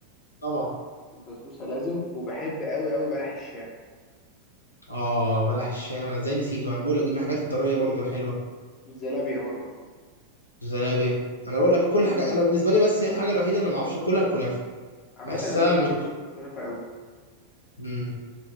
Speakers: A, on the left (about 85°); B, on the left (about 30°).
A: طبعا
B: البسبوسه لازم وبحب قوي قوي بلح الشام
A: اه بلح الشام انا ازاي نسيته انا بقول لك دي من الحاجات الطريه برضو الحلوه
B: الزلابيه برضو
A: زنابيا انا بقول لك كل حاجه انا بالنسبه لي بس هي الحاجه الوحيده اللي ما اعرفش اكلها الكنافه
B: عامه
A: بحسها
B: انا ماليش
A: مش
B: برضو في الكنافه قوي
A: مم.